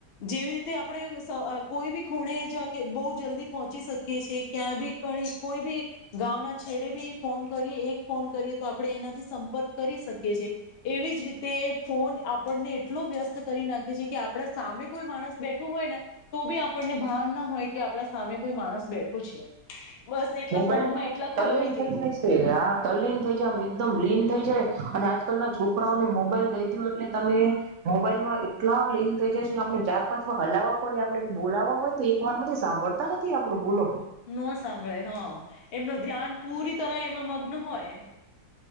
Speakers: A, on the left (about 55°); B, on the right (about 55°).
A: જેવી રીતે આપણે કોઈ બી ખૂણે જ બહુ જલ્દી પહોંચી શકીએ છીએ ક્યાં બી ઘણી કોઈ બી ગામના છેડે ભી ફોન કરીએ એક ફોન કરીએ. તો આપણે એનાથી સંપર્ક કરી શકીએ છીએ. એવી જ રીતે ફોન આપણને એટલો વ્યસ્ત કે આપણા સામે કોઈ માણસ બેઠું હોય ને તો બી આપણને ભાન ના હોય કે આપડા સામે કોઈ માણસ બેઠું છે બસ એટલા
B: મોબાઈલમાં
A: ફોનમાં એટલા ખોવાઈ
B: કલીન થઈ
A: જઈએ
B: જાય છે આ કલીન થઇ જાયમ એકદમ લીન થઇ જાય અને આજકાલના છોકરાઓને મોબાઈલ દઈ દો એટલે તમે મોબાઈલ માં એટલા લીન થઈ જાય છે કે આપણે ચાર પાંચ વાર હલાવવા પડે આપણે એને બોલાવવા હોય ને તો એક વાર થી સાંભળતા નથી આપડું બોલો
A: ન સાંભળે હા એમનું ધ્યાન પૂરી તર એમાં મગ્ન હોય